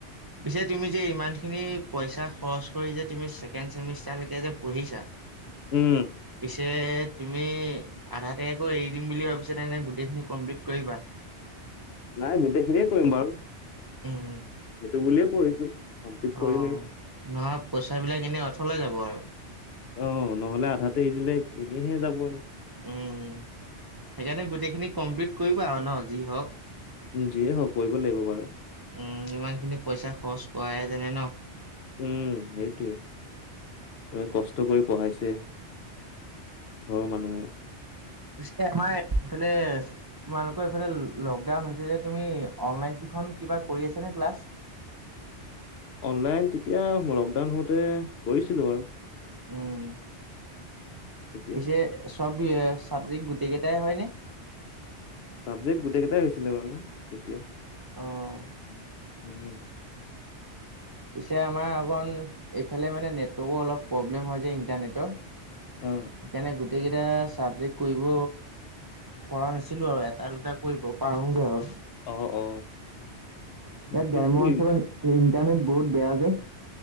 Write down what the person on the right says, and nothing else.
পিছে তুমি যে ইমান খিনি পইচা খৰচ কৰি যে তুমি ছেকেণ্ড চেমিষ্টাৰ লেকে যে পঢ়িছা।
পিছে তুমি আধা আকো এৰি দিম বুলি ভাবিছা এনে গোটেইখিনি কমপ্লিট কৰিবা?
উম উম
অ',
নহয় পইচা বিলাক এনেই অথলে যাব আৰু
উম সেইকাৰণে গোটেইখিনি কমপ্লিট কৰিবা আৰু ন যি হওঁক
উম ইমান খিনি পইচা খৰচ কৰাহে জানে ন
পিছে আমাৰ ইফালে তোমালোকৰ এইফালে লকডাউন হৈছে যে তুমি অনলাইন শিখন কিবা কৰি আছ নে ক্লাছ
উম
পিছে চব চাবজেক্ট গোটেই কেইটাই হয়নে?
অ'।
পিছে আমাৰ অকণ এইফালে মানে নেটৱৰ্ক অলপ প্ৰব্লেম হয় যে ইন্টাৰনেটৰ। সেইকাৰণে
গোটেই কেইটা চাবজেক্ট কৰিব পৰা নাছ আছিলো আৰু এটা দুটা কৰিব পাৰুগে আৰু
ইয়াত
গ্ৰাম্য অঞ্চলত ইণ্টাৰনেট বহুত বেয়া যে